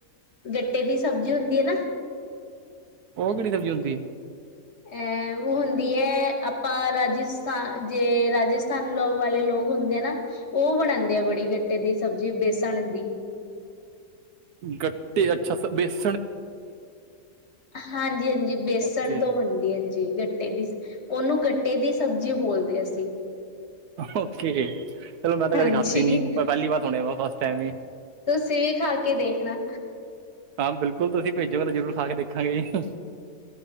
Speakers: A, on the left; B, on the right.
A: ਗੱਟੇ ਦੀ ਸਬਜ਼ੀ ਹੁੰਦੀ ਹੈ ਨਾ
B: ਉਹ ਕਿਹੜੀ ਸਬਜ਼ੀ ਹੁੰਦੀ ਹੈ।
A: ਐ ਉਹ ਹੁੰਦੀ ਹੈ ਆਪਾਂ ਰਾਜਸਥਾਨ ਜੇ ਰਾਜਸਥਾਨ ਲੋ ਵਾਲੇ ਲੋਕ ਹੁੰਦੇ ਆ ਨਾ ਉਹ ਬਣਾਉਂਦੇ ਆ ਬੜੀ ਗੱਟੇ ਦੀ ਸਬਜ਼ੀ ਬੇਸਣ ਦੀ
B: ਗੱਟੇ ਅੱਛਾ ਸ ਬਸ
A: ਹਾਂਜੀ ਹਾਂਜੀ ਬੇਸਣ
B: ਓਕੇ
A: ਤੋਂ ਬਣਦੀ ਹਾਂਜੀ ਗੱਟੇ ਦੀ ਉਹਨੂੰ ਗੱਟੇ ਦੀ ਸਬਜ਼ੀ ਬੋਲਦੇ ਆ ਅਸੀਂ
B: ਓਕੇ ਚਲੋ ਮੈਂ ਤਾਂ
A: ਹਾਂਜੀ
B: ਕਦੇ ਖਾਤੀ ਨੀ ਪਹਿਲੀ ਵਾਰ ਸੁਣ ਵੇ ਫਸਟ ਟੈਮ ਹੀ
A: ਤੁਸੀਂ ਵੀ ਖਾ ਕੇ ਦੇਖਣਾ
B: ਹਾਂ ਬਿਲਕੁਲ ਤੁਸੀਂ ਭੇਜੋਗੇ ਤਾਂ ਜ਼ਰੂਰ ਖਾ ਕੇ ਦੇਖਾਂਗੇ ਜੀ